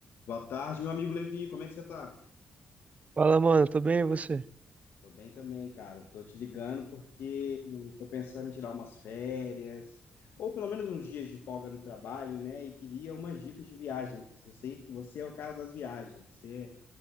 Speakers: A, on the left; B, on the right.
A: Boa tarde, meu amigo Levi, como é que você tá?
B: Fala, mano, tô bem, e você?
A: Tô bem também, cara. Tô te ligando porque tô pensando em tirar umas férias, ou pelo menos uns dias de folga no trabalho, né? E queria umas dicas de viagem, que eu sei que você é o cara das viagens, você